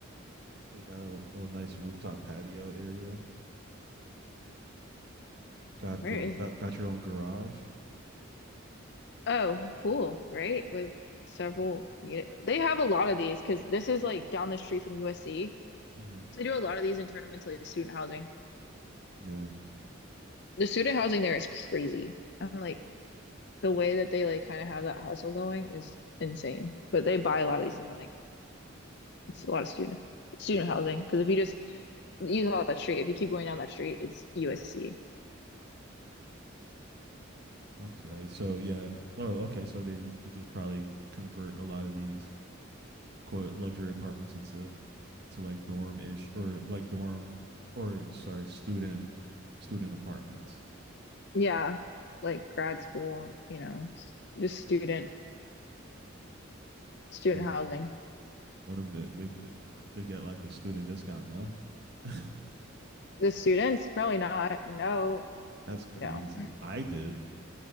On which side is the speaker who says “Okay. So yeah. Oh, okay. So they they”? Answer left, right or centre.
Right